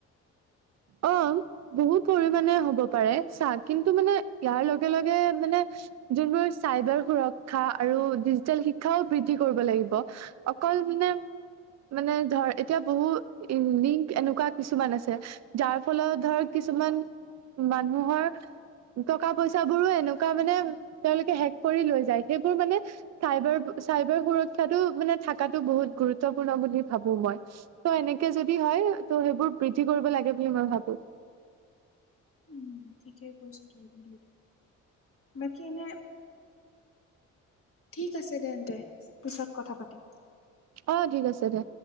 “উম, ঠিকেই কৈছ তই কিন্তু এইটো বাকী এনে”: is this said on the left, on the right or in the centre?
Left